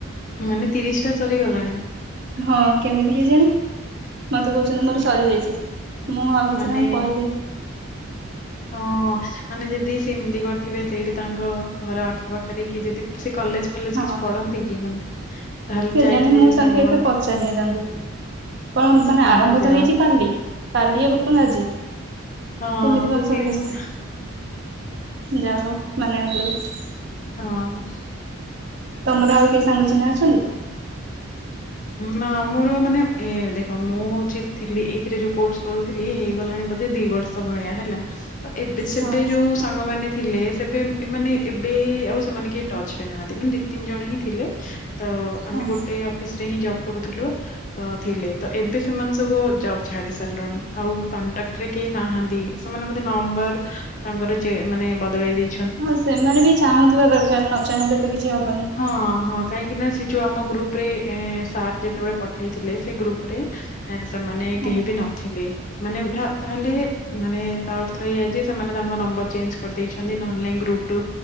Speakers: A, on the left (about 35°); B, on the right (about 55°).
A: ମାନେ ତିରିଶ ଟା ସରିଗଲାଣି।
B: ହଁ କେମିତି କେଜାଣି? ମତେ କହୁଛନ୍ତି ମୋର
A: ହୁଁ।
B: ସରିଯାଇଛି ମୁଁ ଆଉ କିଛି
A: ମାନେ
B: ତାଙ୍କୁ କହିଲିନି।
A: ହଁ ମାନେ ଯଦି ସେମିତି କରିଥିବେ ସେଇଠି ତାଙ୍କ ଘର ଆଖପାଖରେ କି ଯଦି ସେ କଲେଜ କଲେଜ
B: ହଁ
A: କିଛି ପଢନ୍ତି କି ମାନେ ତାହେଲେ
B: କେଜାଣି
A: ଯାଇଥିବେ
B: ମୁଁ
A: ଯୋଉ
B: ତାଙ୍କୁ
A: ସାଙ୍ଗମାନେ
B: ଏତେ ପଚାରିନି ତାଙ୍କୁ କଣ ମାନେ
A: ହଁ
B: ଆରମ୍ଭ
A: ହଁ ଯା
B: ତ ହେଇଛି କାଲି କାଲି ଏବଂ ଆଜି
A: ହଁ
B: କେମିତି କଣ
A: ସେ
B: ସରିଗଲା
A: ତିରିଶଟା
B: ଯାହା ହଉ ମାନିବାକୁପଡିବ।
A: ହଁ ଅଁ
B: ତମର ଆଉ କିଏ ସାଙ୍ଗ ଚିହ୍ନା ଅଛନ୍ତି
A: ନା ମୋର ମାନେ ଏ ଦେଖ ମୁଁ ହଉଛି ଥିଲି ଏଇଥିରେ ଯୋଉ କୋର୍ସ କରୁଥିଲି ହେଇଗଲାଣି ବୋଧେ ଦି ବର୍ଷ ଭଳିଆ ହେଲା ତ ଏବେ ସେବେ
B: ହଁ
A: ଯୋଉ ସାଙ୍ଗମାନେ ଥିଲେ ସେବେ ଏମାନେ ଏବେ ଆଉ ସେମାନେ କେହି ଟଚ ରେ ନାହାନ୍ତି ମାନେ ଦି ତିନି ଜଣ ହିଁ ଥିଲେ ତ ଆମେ
B: ହଁ
A: ଗୋଟେ ଅଫିସ ରେ ହିଁ ଜବ କରୁଥିଲୁ ତ ଥିଲେ ତ ଏବେ ସେମାନେ ସବୁ ଜବ୍ ଛାଡି ସାରିଲୁଣି ଆଉ କଣ୍ଟାକ୍ଟରେ କେହି ନାହାନ୍ତି ସେମାନେ ବୋଧେ ନମ୍ବର ତାଙ୍କର ଚେଁ ମାନେ ବଦଳେଇ ଦେଇ
B: ହଁ ସେମାନେ ବି ଚାହୁଁଥିବା ଦରକାର ନ ଚାହିଁଲେ ତ କିଛି ହବନି।
A: ହଁ ହଁ କାହିଁକି ନା ସେ ଯୋଉ ଆମ ଗ୍ରୁପ ରେ ସାର୍ ଯେତେବେଳେ ପଠେଇଥିଲେ ସେ ଗ୍ରୁପ ରେ ଆଁ ସେମାନେ
B: ହଁ
A: କେହି ବି ନଥିଲେ। ମାନେ ତାହେଲେ ମାନେ ତା ଅର୍ଥ ହେଇଆ ଯେ ସେମାନେ ତାଙ୍କ ନମ୍ବର ଚେଞ୍ଜ କରିଦେଇଛ ନହେଲେ ନାଇଁ ଗ୍ରୁପ ରୁ